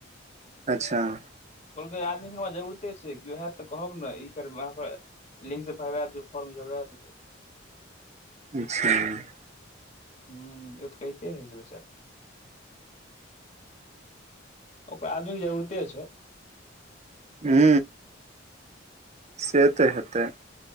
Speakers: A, on the right; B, on the left.
A: <unintelligible>
B: कहलकै आदमीे हमरा जरूरते छै केओ होत तऽ कहब ने ई कर अहाँ लिंक से भरबा देब फर्म जोड़बा देबै।
A: <inaudible>
B: हू ए त कहहिते होइ छै बचारा। ओकरा आदमी के जरूरते छै।
A: हू से तऽ हेतै।